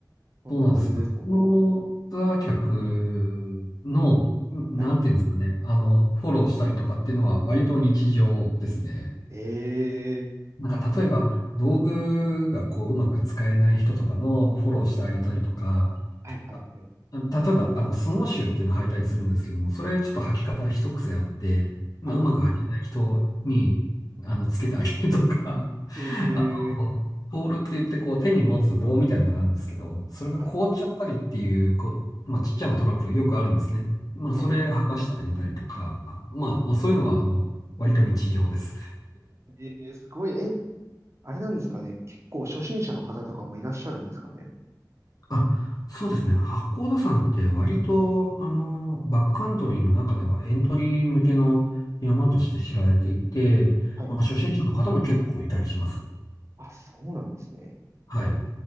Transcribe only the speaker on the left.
そうなんですよ。このツアー客の、んなんていうんですかね、
あの、フォローしたりとかっていうのは割と日常ですね。
なんか例えば、道具がこう、うまく使えない人とかのフォローしてあげたりとか、
ああの例えば、あの、スノーシューっていうのを履いたりするんですけども、それちょっと履き方一癖あって、まあ、
うまく履けない人に、あの、つけてあげるとか、<laughs>
あと、
ポールって言ってこう手に持つ棒みたいなのがあるんですけど、それが凍っちゃったりっていう、
こう、まあ、ちっちゃなトラブルよくあるんですね。まあ、それ剥がしてあげたりとか、
まあ、まあ、そういうのは、あの、割と日常です。
あ、そうですね。八甲田山って割と、あの、バックカントリーの中ではエントリー向けの山として知られていて、
まあ、初心者の方も結構いたりします。
はい。